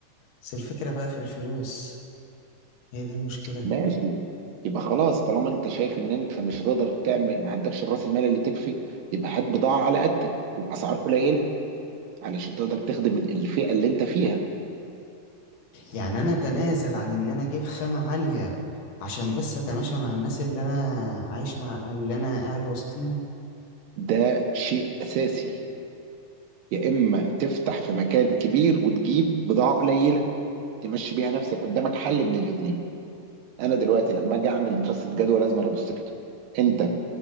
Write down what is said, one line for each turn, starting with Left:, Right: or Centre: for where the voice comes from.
Left: بس الفكرة بقى في الفلوس هي دي المشكلة
Right: ماشي يبقى خلاص طالما انت شايف ان انت مش هتقدر تعمل ما عندكش راس المال اللي تكفي يبقى هات بضاعة على قدك وبأسعار قليلة علشان تقدر تخدم الفئة اللي انت فيها
Left: يعني أنا أتنازل عن إن أنا أجيب خامة عالية عشان بس أتماشى مع الناس اللي أنا عايش مع اللي أنا قاعد وسطيهم
Right: ده شيء أساسي يا إما تفتح في مكان كبير وتجيب بضاعة قليلة تمشي بيها نفسك قدامك حل من الاتنين أنا دلوقتي لما أجي أعمل دراسة جدوى لازم أنا أبص كده أنت